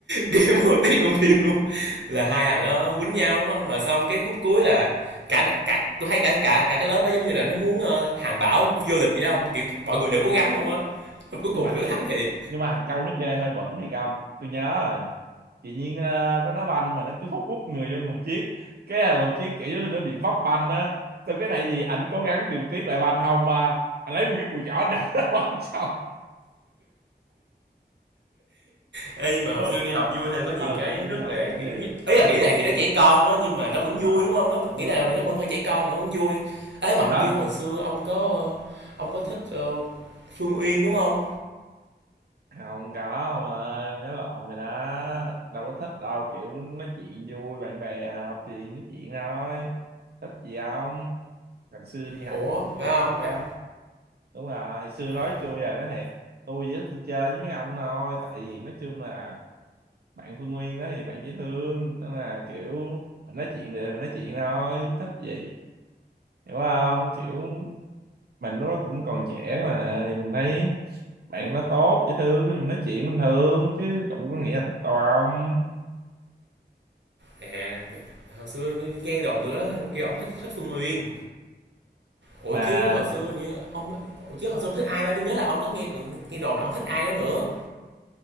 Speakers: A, on the right (about 90°); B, on the right (about 65°).
A: game hồ tiết trong phim luôn là hai thằng nó quýnh nhau đúng không rồi xong cái khúc cuối là cả cả tôi thấy cả cả cả cái lớp đó giống như là nó muốn ờ, hàng bảo vô địch vậy không kiểu mọi người đều cố gắng luôn á cuối
B: nhưng
A: cùng
B: mà
A: tụi
B: thiệt
A: nó thắng thiệt
B: nhưng mà thằng Châu nó chơi hơi bẩn đấy ông tôi nhớ rồi tự nhiên ờ, nó đá banh mà nó cứ hút hút người vô nguồn chiếc cái là nguồn chiếc kiểu như nó bị vấp banh á xong cái này gì ảnh cố gắng điều tiết lại banh không mà anh lấy nguyên cái cùi chỏ anh đập <laughs> nó vào sau
A: Ê, nhưng mà hồi
B: Tôi-
A: xưa đi học vui hơn có nhiều
B: ờ
A: cái nó
B: Thiên
A: rất
B: Ngọc
A: là
B: vô
A: kiểu
B: thiệt
A: như ấy
B: à,
A: là nghĩ lại
B: không
A: thì nó trẻ con á nhưng mà nó
B: đúng
A: vẫn
B: rồi
A: vui đúng không nó
B: đúng
A: nghĩ
B: rồi
A: là thì nó vẫn hơi trẻ con mà vẫn vui ấy mà hình
B: đó
A: như hồi xưa ông có ờ, ông có thích ờ, Phương Uyên đúng không
B: không có ông ơi nhớ lộn rồi đó đâu có thích đâu kiểu nói chuyện vui bạn bè hợp thì nói chuyện thôi thích gì không ngày xưa đi học
A: ủa
B: tôi
A: phải
B: vô
A: không
B: tư
A: hay
B: lắm đúng rồi xưa nói
A: à,
B: chui à nói thiệt tôi chỉ thích đi chơi với mấy ông thôi tại vì nói chung là bạn Phương Nguyên đó thì bạn dễ thương nên là kiểu mình nói chuyện thì mình nói chuyện thôi thích gì hiểu không kiểu mình lúc đó cũng còn trẻ mà thì mình thấy bạn nó tốt dễ thương thì mình nói chuyện bình thường chứ cũng có nghĩa là thích đâu không
A: À, hồi xưa tôi nghe đồn nữa kêu ông thích thích Phương Uyên. Ủa
B: mà
A: chứ hồi xưa như ông ủa chứ hồi xưa ông thích ai ta? Tôi nhớ là ông có nghe được nghe đồn là ông thích ai đó nữa.